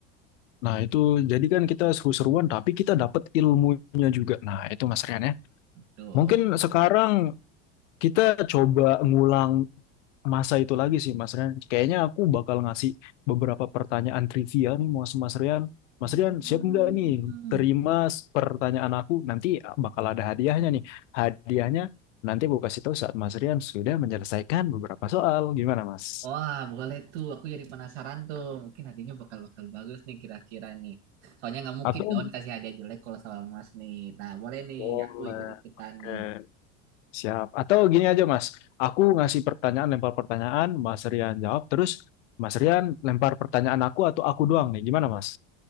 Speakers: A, on the left (about 80°); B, on the right (about 75°).
A: Nah, itu jadi kan kita seru-seruan, tapi kita dapat ilmunya juga. Nah, itu Mas Rian ya.
B: Tuh.
A: Mungkin sekarang kita coba ngulang masa itu lagi sih Mas Rian. Kayaknya aku bakal ngasih beberapa pertanyaan trivia nih mau sama Mas Rian. Mas
B: Hmm.
A: Rian siap nggak nih terima s- pertanyaan aku? Nanti bakal ada hadiahnya nih. Hadiahnya nanti aku kasih tahu saat Mas Rian sudah menyelesaikan beberapa soal. Gimana Mas?
B: Wah, boleh tuh. Aku jadi penasaran tuh. Mungkin hadiahnya bakal-bakal bagus nih kira-kira nih. Soalnya nggak mungkin
A: Atau
B: dong kasih hadiah jelek kalau sama Mas nih. Nah, boleh nih.
A: boleh.
B: Aku ikut-ikutan nih.
A: Oke, siap. Atau gini aja Mas, aku ngasih pertanyaan, lempar pertanyaan, Mas Rian jawab, terus Mas Rian lempar pertanyaan aku atau aku doang nih. Gimana Mas?